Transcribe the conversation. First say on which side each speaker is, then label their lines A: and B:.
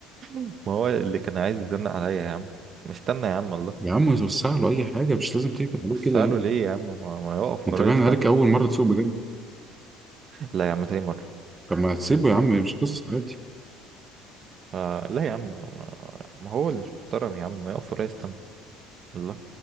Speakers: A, on the right; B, on the right.
A: ما هو اللي كان عايز يزنق عليا يا عم مستنى يا عم الله
B: يا عم توسع له اي حاجة مش لازم تكتب عليه
A: بس
B: كده
A: قالوا
B: يعني
A: ليه يا عم ما, ما يقف
B: انت
A: ورايا
B: باين
A: استنى
B: عليك اول مرة تسوق بجد
A: لا يا عم تاني مرة
B: طب ما تسيبه يا عم مش قصة عادي
A: آه لا يا عم ما, ما هو اللي مش محترم يا عم ما يقف ورايا استنى الله